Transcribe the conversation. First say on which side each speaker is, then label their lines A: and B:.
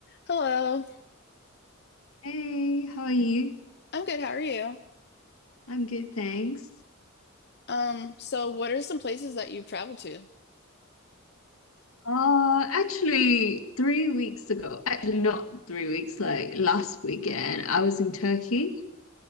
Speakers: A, on the left; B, on the left.
A: Hello.
B: Hey, how are you?
A: I'm good. How are you?
B: I'm good, thanks.
A: Um, so what are some places that you've traveled to?
B: Uh, actually, three weeks ago, actually not three weeks, like last weekend, I was in Turkey.